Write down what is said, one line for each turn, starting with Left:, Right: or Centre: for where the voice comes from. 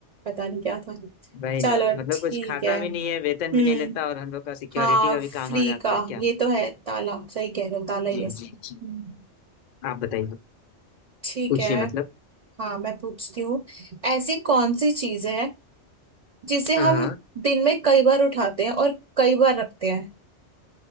Right: पता नहीं क्या था
Left: वही
Right: चलो
Left: ना मतलब
Right: ठीक
Left: कुछ खाता
Right: है
Left: भी नहीं है वेतन
Right: हम्म
Left: भी नहीं लेता और हम लोग का सिक्योरिटी
Right: हाँ
Left: का भी
Right: फ्री
Left: काम आ जाता
Right: का
Left: है क्या
Right: ये तो है ताला सही कह रहे हो ताला ही
Left: जी
Right: ऐसे
Left: जी
Right: हम्म
Left: जी आप बताइए
Right: ठीक
Left: पूछिए
Right: है
Left: मतलब
Right: हाँ मैं पूछती हूँ ऐसी कौन सी चीज है जिसे
Left: हाँ
Right: हम दिन में कई बार उठाते हैं और कई बार रखते हैं